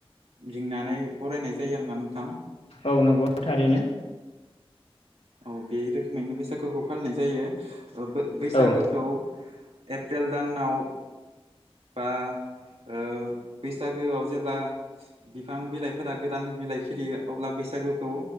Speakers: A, on the right; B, on the left.
A: लिंनानै बरायनाय जायो आरोना नोंथां।
B: औ नंगौ थारैनो
A: औ बे रोखोमैनो बैसागुखौ फालिनाय जायो ओ बो बैसागोखौ
B: औ
A: एप्रिल दानाव बा ओ बैसागोआव जेब्ला बिफां बिलाइफोरा गोदान बिलाइ खिलियो अब्ला बैसाख बैसागुखौ